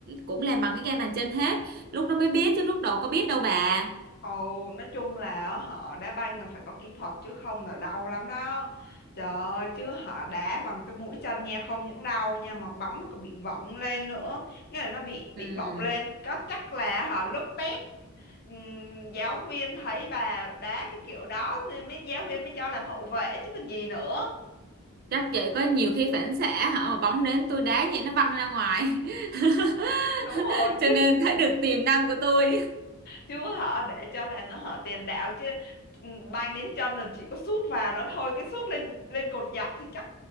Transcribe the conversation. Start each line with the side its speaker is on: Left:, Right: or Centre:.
Right: cũng làm bằng cái game bàn chân hết lúc đó mới biết chứ lúc đầu có biết đâu bà
Left: Ồ, nói chung là á, họ đá banh là phải có kỹ thuật chứ không là đau lắm đó. Trời ơi, chứ họ đá bằng cái mũi chân nha, không những đau nha mà bóng nó còn bị vọng lên nữa. Nghĩa là nó bị
Right: ừ.
Left: bị bọng lên, có chắc là họ lúc test ừm, giáo viên thấy bà đá cái kiểu đó nên mới giáo viên mới cho làm hậu vệ chứ còn gì nữa.
Right: chắc vậy có nhiều khi phản xạ hả mà bóng đến tôi đá vậy nó văng ra ngoài <laughs>
Left: đúng rồi
Right: cho nên thấy được tiềm năng của tôi
Left: chứ họ để cho làm nó hở tiền đạo chứ ừ, banh đến chân rồi chỉ có sút vào nó thôi cái sút lên lên cột dọc thì chắc